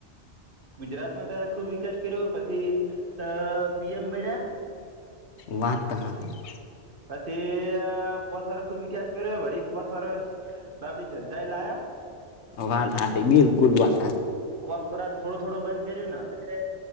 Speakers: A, on the right (about 50°); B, on the left (about 80°).
A: ગુજરાતમાં તો ખુબ વિકાસ કર્યો પછી અ પીએમ બન્યા.
B: વાત તો હાંસી.
A: પછી પોસ વરસ ખુબ વિકાસ કર્યો. વડી પોસ વરસ બાબડી જનતા એ લાયા.
B: વાત હાચી બિલકુલ વાત હાચી.
A: કોમ કરવાનું થોડું થોડું બંધ કર્યું ને એટલે